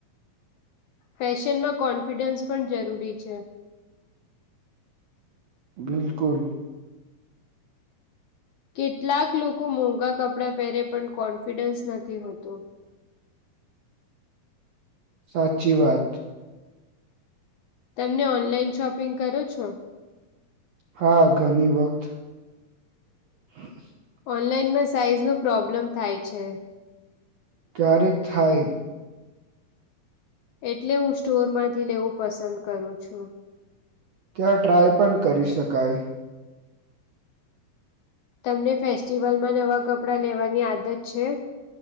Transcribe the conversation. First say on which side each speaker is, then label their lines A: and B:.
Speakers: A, on the left; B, on the right.
A: ફેશનમાં કોન્ફિડન્સ પણ જરૂરી છે
B: બિલકુલ
A: કેટલાક લોકો મોંઘા કપડાં પહેરે પણ કોન્ફિડન્સ નથી હોતું
B: સાચી વાત
A: તમને ઓનલાઈન શોપિંગ કરો છો.
B: હા ઘણી વખત હ
A: ઓનલાઈનમાં સાઈઝનો પ્રોબ્લેમ થાય છે
B: ક્યારેક થાય
A: એટલે હું સ્ટોર માંથી લેવું પસંદ કરું છું
B: ક્યાં ટ્રાય પણ કરી શકાય
A: તમને ફેસ્ટિવલમાં નવા કપડા લેવાની આદત છે